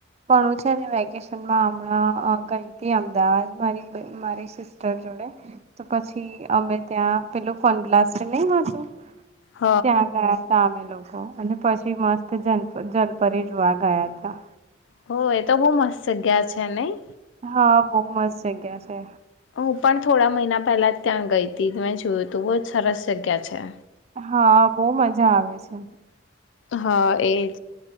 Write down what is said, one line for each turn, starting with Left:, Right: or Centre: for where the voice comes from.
Right: પણ હું છે ને વેકેશનમાં હમણાં ગઈ હતી અમદાવાદ મારી મારી સિસ્ટર જોડે તો પછી અમે ત્યાં પેલું ફન બ્લાસ્ટ નહી હતું
Left: હ
Right: ત્યાં કર્યા તમે લોકો હ અને પછી મસ્ત જલ જલપરી જોવા ગયા હતા
Left: હો એ તો બહ મસ્ત જગ્યા છે નહી
Right: હા બહ મસ્ત જગ્યા છે
Left: હું પણ થોડા મહિના પહેલા જ ત્યાં ગઈ હતી મેં જોયું તું બહુ જ સરસ જગ્યા છે
Right: હા બહ મજા આવે છે
Left: હા એજ